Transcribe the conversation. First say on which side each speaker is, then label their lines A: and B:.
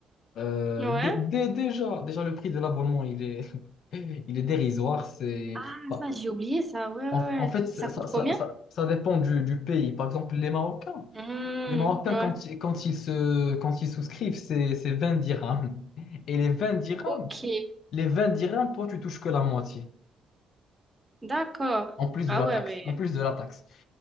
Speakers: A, on the left; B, on the right.
A: euh,
B: Ouais.
A: dé- dé- déjà, déjà le prix de l'abonnement, il est, <laughs> il est dérisoire. C'est,
B: Ah,
A: bah,
B: ça, j'ai oublié ça. Ouais, ouais.
A: en, en fait,
B: ouais.
A: ça,
B: Ça coûte
A: ça, ça,
B: combien?
A: ça- ça dépend du, du pays. Par exemple, les Marocains.
B: Hmm,
A: Les Marocains,
B: ouais.
A: quand, ils- quand ils se, quand ils souscrivent, c'est, c'est 20 dirhams. Et les 20 dirhams,
B: Ok,
A: les 20 dirhams, toi, tu touches que la moitié,
B: d'accord.
A: en plus
B: Ah
A: de la
B: ouais,
A: taxe,
B: mais.
A: en plus de la taxe.